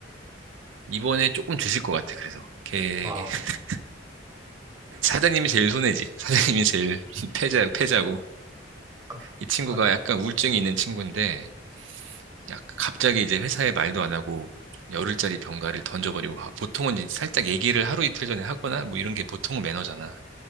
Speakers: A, on the right; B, on the right.
A: 이번에 조금 주실 것 같아. 그래서 걔
B: 아,
A: <laughs> 사장님이 제일 손해지. 사장님이 제일 <laughs> 패자 패자고
B: 그,
A: 이 친구가
B: 그,
A: 약간 우울증이 있는 친구인데 약 갑자기 이제 회사에 말도 안 하고 열흘짜리 병가를 던져버리고 가. 보통은 이제 살짝 얘기를 하루 이틀 전에 하거나 뭐 이런 게 보통은 매너잖아.